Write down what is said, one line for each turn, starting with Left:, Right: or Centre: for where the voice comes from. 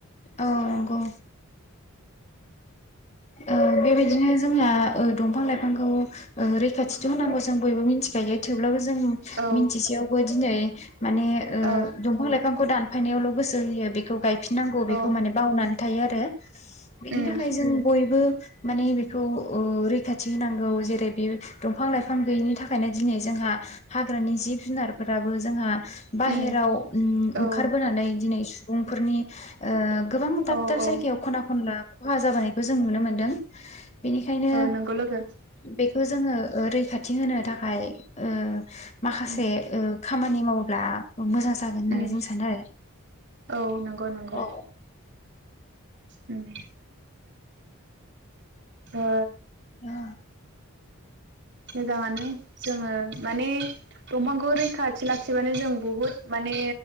Left: औ नंगौ ओ बेबायदिनो जोंहा दंफां लाइफांखौ ओ रैखाथिथ होनांगौ जों बयबो मिथिखायो थेवब्लाबो जों जों
Right: औ
Left: मिथिसेयावबो दिनै माने ओ
Right: औ
Left: दंफां लाइफांखौ दान फायनायावल गोस सो होयो बेखौ गायफिन नांगौ बेखौ
Right: औ
Left: माने बावनानै थायो आरो बेनि
Right: उम
Left: थाखाय जों बयबो माने बेखौ ओ रैखाथि होनांगौ जेरै बेयो दंफां लाइफां गैयिनि थाखायनो दिनै जोंहा हाग्रानि जिब जुनारफोराबो जोंहा बाहेराव
Right: उम
Left: उम
Right: औ
Left: ओंखारबोनानै दिनै सु सुबुंफोरनि ओ गोबां दाब
Right: औ
Left: दाब
Right: औ
Left: जायगायाव खना खनला खहा जाबोनायखौ जों नुनो मोनदों बेनिखायनो
Right: औ नंगौ लोगो
Left: बेखौ जोङोै ओ रै खाथि होनो थाखाय ओ माखासे
Right: उम
Left: ओ खामानि मावोब्ला मोजां जागोन होननानै
Right: उम
Left: जों सानो आरो
Right: औ नंगौ नंगौ
Left: औ
Right: उम ओ
Left: अ
Right: मोजाङानो <unintelligible> जोङो माने दंफांखौ रैखाथि लाखिबानो जों बुहुद माने